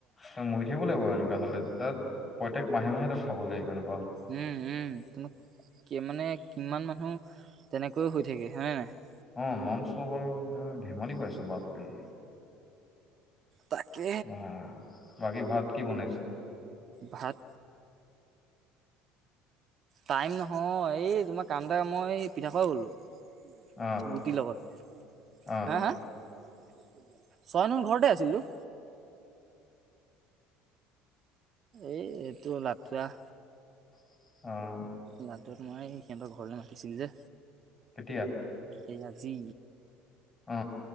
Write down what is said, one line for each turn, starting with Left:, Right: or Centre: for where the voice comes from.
Left: ত মৰি থাকিব লাগিব এনেকুৱা হ'লে তাত প্ৰত্যেক মাহে মাহেতো খাব লাগিব এনেকুৱা <unintelligible>
Right: উম উম কি মানে কিমান মানুহ তেনেকৈ হৈ থাকে হয়নে নাই <unintelligible>
Left: অ নম চ বাৰু ধেমালি পাইছ বাপ <unintelligible>
Right: তাকে
Left: আহ বাকী ভাত কি বনাইছে
Right: ভাত টাইম নহয় এই তোমাৰ কামদাৰ মই পিঠা পু গ'লো <unintelligible>
Left: অ
Right: <unintelligible> গুটিৰ লগত
Left: অ
Right: হা হা ছয় <unintelligible> ম ঘৰতে আছিলো এই এইটো নাটুৱৰা
Left: অ
Right: লা তোমাৰ এই সিহঁতৰ ঘৰলে মাতিছিল যে
Left: কেতিয়া
Right: এই আজি
Left: অ